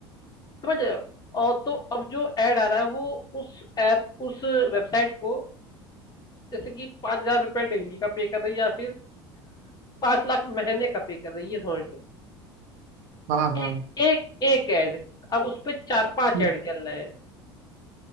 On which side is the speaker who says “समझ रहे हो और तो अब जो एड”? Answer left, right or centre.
Left